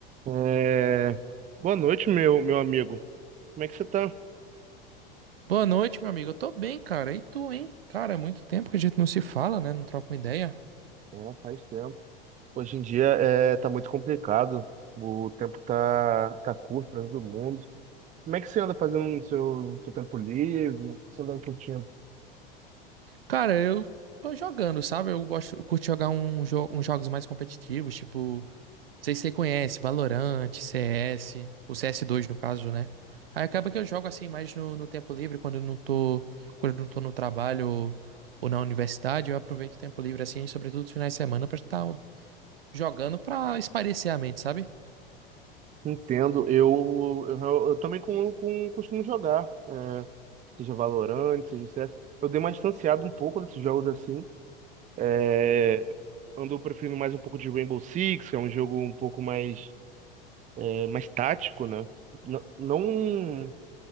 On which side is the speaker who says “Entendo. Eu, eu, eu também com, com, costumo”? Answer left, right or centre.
Right